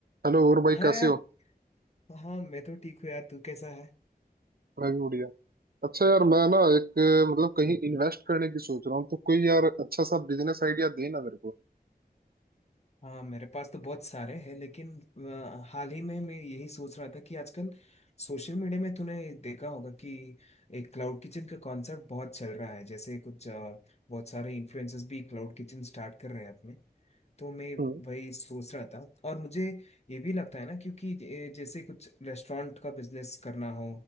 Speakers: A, on the right; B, on the left.
A: Hello और भाई
B: हाँ
A: कैसे
B: यार
A: हो
B: हाँ मैं तो ठीक हूँ यार तू कैसा है
A: मैं भी बढ़िया अच्छा यार मैं ना एक मतलब कहीं इन्वेस्ट करने की सोच रहा हूँ तो कोई यार अच्छा सा बिजनेस आइडिया दे ना मेरे को
B: हाँ मेरे पास तो बहुत सारे हैं लेकिन अ, हाल ही में मैं यही सोच रहा था कि आजकल सोशल मीडिया में तूने देखा होगा कि एक क्लाउड किचन का कॉन्सेप्ट बहुत चल रहा है जैसे कुछ अ, बहुत सारे इन्फ्लुएंसर्स भी क्लाउड किचन स्टार्ट कर रहे हैं अपने तो मैं
A: हम्म
B: वही सोच रहा था और मुझे ये भी लगता है ना क्योंकि ज- जैसे कुछ रेस्टोरेंट का बिजनेस करना हो